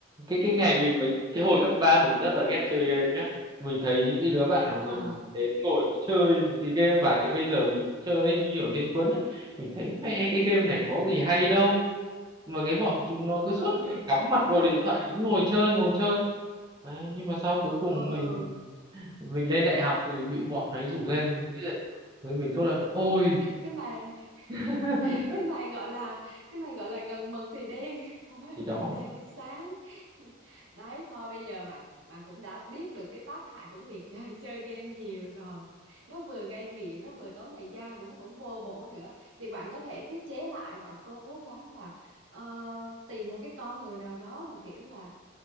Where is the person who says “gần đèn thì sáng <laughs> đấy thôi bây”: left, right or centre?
Right